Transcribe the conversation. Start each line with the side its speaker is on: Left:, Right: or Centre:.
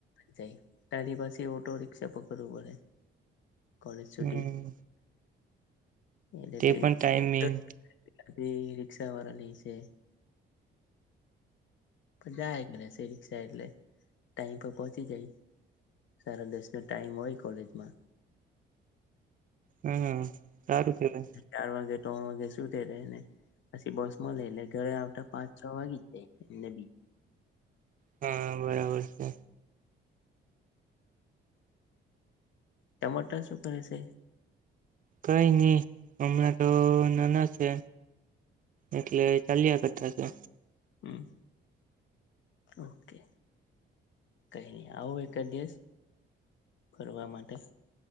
Left: જાય તારી પાસે ઓટો રિકષા પકડવું પડે કોલેજ છુટી
Right: હમ
Left: એટલે
Right: તે પણ ટાઈમિંગ
Left: તે થી રિક્ષા વાળા લઈ જય જાયા કરે છે રિક્ષા એટલે ટાઈમ પર પહોંચી જાય. સારા દસ નો ટાઈમ હોય કોલેજમા
Right: હમ્મ સારું કહેવાય
Left: ચાર વાગે ત્રણ વાગ્યે છૂટે ત એને પછી બસમા લઈલે - ઘરે આવતા પાંચ છ વાગી જ જાય. મે બી
Right: હા બરાબર છે.
Left: તમારા તા શું કરે છે?
Right: કઈ નહી હમણાં તો નાના છે. એટલે ચાલ્યા કરતા છે.
Left: હમ્મ ઓકે કઈ નહી આવો એકાદ દિવસ. ફરવા માટે.